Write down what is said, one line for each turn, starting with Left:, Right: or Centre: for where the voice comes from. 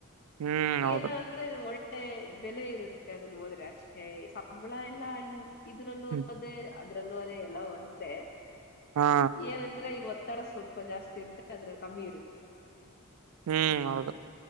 Right: ಹ್ಮ್ ಹೌದು
Left: ಏನ ಅಂದ್ರೆ ಒಳ್ಳೆ ಬೆಲೆ ಇರುತ್ತೆ ಅದನ್ನ ಓದಿದ್ರೆ ಅಷ್ಟೇ ಸಂಬಳ ಎಲ್ಲ ಇನ್ನು ಇದ್ರಲ್ಲೂ
Right: ಹ್ಮ್
Left: ಅದೇ ಅದ್ರಲ್ಲೂ ಅದೇ ಎಲ್ಲ ಒಂದೆ
Right: ಹಾ
Left: ಏನಂದ್ರೆ ಇವತ್ತು ತಡ ಸ್ವಲ್ಪ ಜಾಸ್ತಿ ಇರುತ್ತೆ ಅದ್ರ ಕಮ್ಮಿ ಇರುತ್ತೆ
Right: ಹ್ಮ್ ಹೌದು